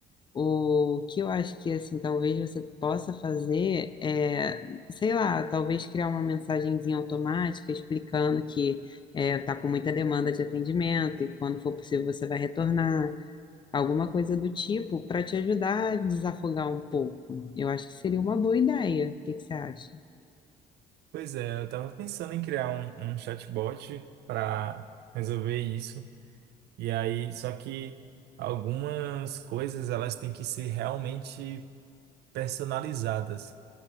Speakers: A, on the left; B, on the right.
A: O que eu acho que, assim, talvez você possa fazer é, sei lá, talvez criar uma mensagenzinha automática explicando que está com muita demanda de atendimento e quando for possível você vai retornar, alguma coisa do tipo, para te ajudar a desafogar um pouco. Eu acho que seria uma boa ideia. O que que você acha?
B: Pois é, eu tava pensando em criar um, um chatbot para resolver isso. E aí, só que algumas coisas elas têm que ser realmente personalizadas,